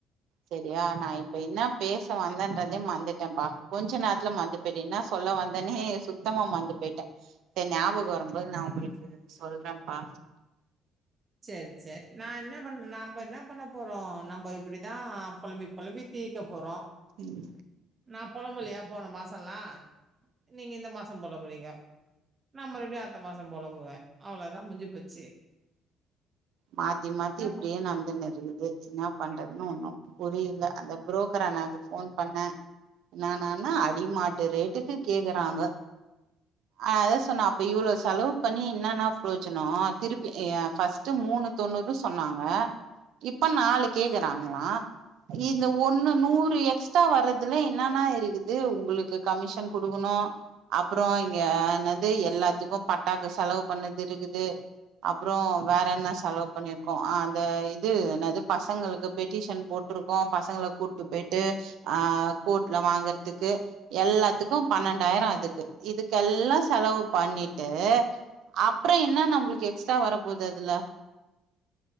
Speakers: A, on the right; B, on the right.
A: செரியா நா இப்ப இன்னா பேச வந்தேன்றதே மந்துட்டேன்ப்பா கொஞ்ச நேர்த்துல மந்துட் இப்ப இன்னா சொல்ல வந்தனே சுத்தமா மற்ந்து போயிட்ட சேர் ஞாபகம் வரும்போது நா உங்குளுக் கு சொல்றேன்ப்பா
B: செர் செர் நா என்ன பண்ண நம்போ என்ன பண்ண போறோம் நம்ப இப் இப்டிதா பொலம்பி பொலம்பி தீ்க்க போறோ
A: ம்
B: நா பொலம்பலையா போன மாசல்லா நீங்க இந்த மாசம் பொலம்புறிங்க நா மறுபடியு அடுத்த மாச பொலம்புவே அவ்ளதா முஞ்சு போச்சு
A: மாத்தி மாத்தி
B: என்னப்பா?
A: இப்டியே நடந்துன் இரு புரியுது இன்னா பண்றதுன் ஒண்ணும் புரியல அந்த புரோக்கர் அண்ணாக்கு ஃபோன் பண்ண இன்னானானா அடிமாட்டு ரேட்டுக்கு கேக்குறாங்க அதா சொன்ன அப்ப இவ்ளோ செலவ் பண்ணி இன்னன்னா ப்ரோஜனு திருப்பி அ ஃபர்ஸ் ட்டு மூண்ணு தொண்ணூறு சொன்னாங்க இப்ப நாலு கேக்குறாங்ளா இந்த ஒன்னு நூறு எக்ஸ்ட்ரா வர்றதுல இன்னன்னா இருக்குது உங்குளுக்கு கமிஷன் குடுக்கணு அப்புறோ இங்க என்னது எல்லாத்துக்கு பட்டாக்கு செலவு பண்ணது இருகுது அப்றோ வேற என்ன செலவு பண்ணிருகோ ஆ அந்த இது என்னது பசங்களுக்கு பெட்டிஷன் போட் போட்ருக்கோ பசங்கள கூட்டு போயிட்டு ஆ கோட்ல வாங்கற்துக்கு எல்லாத்துக்கும் பன்னெண்டாயிரோ அதுக்கு இதுக்கெல்லா செலவு பண்ணிட்டு அப்புற என்ன நம்ளுக்கு எக்ஸ்ட்ரா வரப் போது அதுல